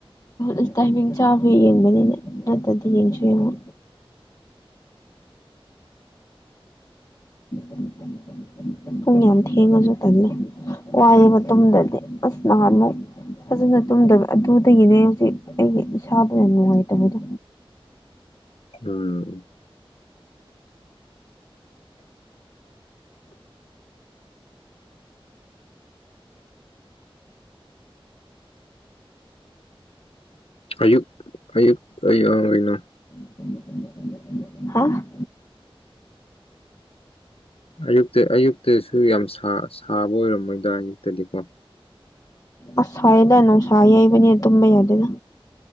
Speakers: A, on the left; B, on the left.
A: ꯑ ꯇꯥꯏꯃꯤꯡ ꯆꯥꯕ ꯌꯦꯡꯕꯅꯤꯅꯦ ꯅꯠꯇ꯭ꯔꯗꯤ ꯌꯦꯡꯁꯨ ꯌꯦꯡꯉꯣ <inaudible> ꯄꯨꯡ ꯌꯥꯝ ꯊꯦꯡꯉꯁꯨ ꯇꯜꯂꯦ ꯋꯥꯏꯌꯦꯕ ꯃꯇꯨꯡꯗꯔꯗꯤ ꯑꯁ ꯅꯍꯥꯟꯃꯨꯛ꯫ ꯐꯖꯅ ꯇꯨꯝꯗꯕ ꯑꯗꯨꯗꯒꯤꯅꯦ ꯍꯧꯖꯤꯛ ꯑꯩꯒꯤ ꯏꯁꯥꯗꯣ ꯌꯥꯝ ꯅꯨꯡꯉꯥꯏꯇꯕꯗꯣ꯫
B: ꯎꯝ꯫ ꯑꯌꯨꯛ ꯑꯌꯨꯛ ꯀꯩꯗꯧꯔꯤꯅꯣ꯫
A: <inaudible> ꯍꯥ꯫
B: ꯑꯌꯨꯛꯇ ꯑꯌꯨꯛꯇꯁꯨ ꯌꯥꯝ ꯁꯥ ꯁꯥꯕ ꯑꯣꯏꯔꯝꯃꯣꯏꯗ ꯑꯌꯨꯛꯇꯗꯤ ꯀꯣ꯫
A: ꯑꯁ ꯁꯥꯌꯦꯗ ꯅꯨꯉꯁꯥ ꯌꯩꯕꯅꯤꯅꯥ ꯇꯨꯝꯕ ꯌꯥꯗꯦꯗ꯫